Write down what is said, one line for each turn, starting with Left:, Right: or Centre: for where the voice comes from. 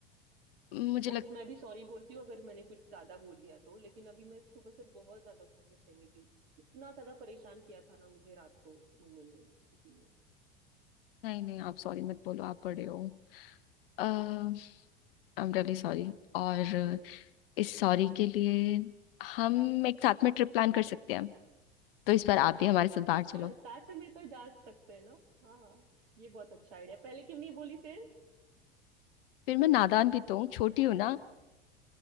Left: मुझे लग
Right: और मैं भी सॉरी बोलती हूँ अगर मैंने कुछ ज्यादा बोल दिया तो लेकिन अभी मैं सुबह से बहुत ज्यादा गुस्से में थी इतना ज्यादा परेशान किया था ना मुझे रात को मुन्ने ने इसीलिए
Left: नहीं नहीं आप सॉरी मत बोलो आप बड़े हो अ, आई
Right: हम्म,
Left: एम रियली सॉरी और
Right: ठीक है
Left: इस सॉरी के लिए हम एक साथ में ट्रिप प्लान कर सकते हैं तो इस बार
Right: <laughs>
Left: आप भी हमारे साथ बाहर चलो
Right: हाँ साथ में तो जा सकते हैं ना हाँ ये बहुत अच्छा आइडिया पहले क्यों नहीं बोली थे
Left: फिर मैं नादान भी तो हूँ छोटी हूँ ना